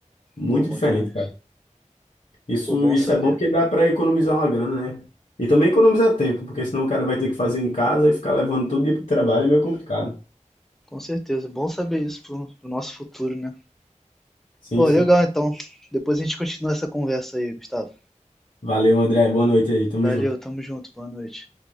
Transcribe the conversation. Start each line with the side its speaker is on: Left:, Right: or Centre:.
Left: Muito
Centre: Pô, bom
Left: diferente,
Centre: demais.
Left: cara. Isso,
Centre: Pô, bom
Left: isso
Centre: saber.
Left: é bom porque dá para economizar uma grana, né? E também economizar tempo, porque senão o cara vai ter que fazer em casa e ficar levando todo dia para o trabalho é meio complicado.
Centre: Com certeza, bom saber isso pro, pro nosso futuro, né?
Left: Sim,
Centre: Pô,
Left: sim.
Centre: legal então. Depois a gente continua essa conversa aí, Gustavo.
Left: Valeu, André. Boa noite aí. Tamo
Centre: Valeu,
Left: junto.
Centre: tamo junto, boa noite.